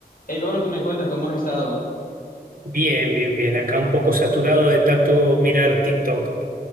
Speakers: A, on the left (about 60°); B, on the right (about 60°).
A: Hey Pablo, ¿qué me cuentas? ¿Cómo has estado?
B: Bien, bien, bien. Acá un poco saturado de tanto mirar TikTok.